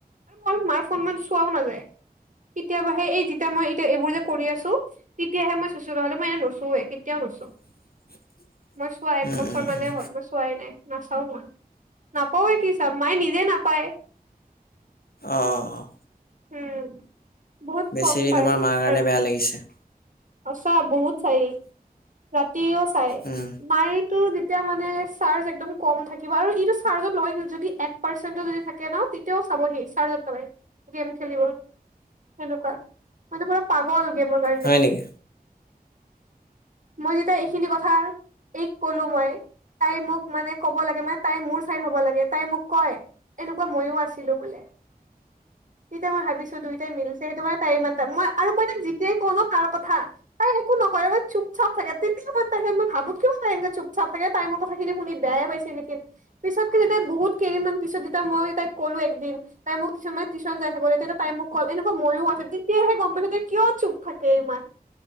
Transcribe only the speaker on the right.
আৰু মই মাৰ ফোন ইমান চোৱাও নাযায়। কেতিয়াবা হে এই যেতিয়া মই এতিয়া এইবোৰ যে কৰি আছো - তেতিয়াহে মই ছুইছো নহ'লে মই এনেই নোছোৱে কেতিয়াও নোছোও।
মই চোৱা একবছৰ
মানে
হ'ল মই চোৱাই নাই নাচাও মই। নাপাওৱে কি চাম মায়ে নিজেই নাপায়।
উম বহুত
কম পায়
আৰু
সঁচা বহুত চাই ই, ৰাতিও চাই
মায় টো যেতিয়া মানে চাৰ্জ একদম কম থাকিব আৰু ইটো চাৰ্জত লগাই যদি এক পাৰ্চেণ্টটো যদি থা কে ন তেতিয়াও চাব সি চাৰ্জত লগাই, গেম খেলিব, সেনেকুৱা। মানে পুৰা পাগল গেমৰ কাৰণে।
মই যেতিয়া এইখিনি কথা এইক ক'লো মই - তাই মোক মানে ক'ব লাগে মানে তাই মোৰ চাইড হব লাগে তাই মোক কয় - এনেকুৱা মইও আছিলো বোলে, তেতিয়া মই ভাবিছো দুইটাই মিলিছে সেইটো কাৰণে - তাই ইমানটা, মই আৰু মই তাক যেতিয়াই কওঁ ন তাৰ কথা তাই একো নকয় এ চুপ - চাপ থাকে, তেতিয়াই মই তাকে ম‌ই ভাবো কিয় এনেকে চুপ-চাপ থাকে তাই মোৰ কথা খিনি শুনি বেয়াই পাইছে নেকি? পিছতকে যেতিয়া বহুত কেদিনমান পিছত যেতিয়া মই তাই ক'লো একদিন - তাই মোক পিছলে টেউচন যায় থবলে তেতিয়া তাই মোক কল এনেকুৱ ময়ো আছিলো, তেতিয়াহে গম পাইছো তাই কিয় চুপ থা কে ইমান,